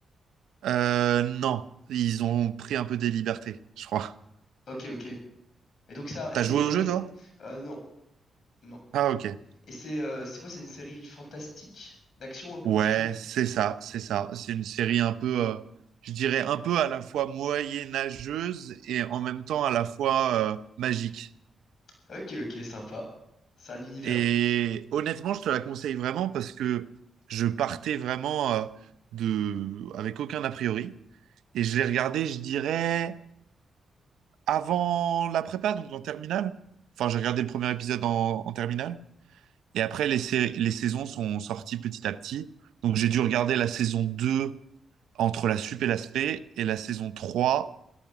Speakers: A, on the right; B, on the left.
A: Euh, non, ils ont pris un peu des libertés, je crois.
B: Ok, ok. Et donc ça, c'est
A: T'as joué
B: une série.
A: au jeu, toi?
B: Euh, non, non.
A: Ah, ok.
B: Et c'est euh, c'est quoi? C'est une série fantastique d'action un peu,
A: Ouais,
B: c'est ça?
A: c'est ça, c'est ça. C'est une série un peu, euh, je dirais, un peu à la fois moyenâgeuse et en même temps à la fois euh, magique.
B: Ok, ok, sympa. C'est un univers.
A: Et honnêtement, je te la conseille vraiment parce que je partais vraiment euh, de, avec aucun a priori. Et je l'ai regardé, je dirais, avant la prépa, donc en terminale. Enfin, j'ai regardé le premier épisode en, en terminale. Et après, les, sé- les saisons sont sorties petit à petit. Donc, j'ai dû regarder la saison deux. entre la sup et l'aspect et la saison trois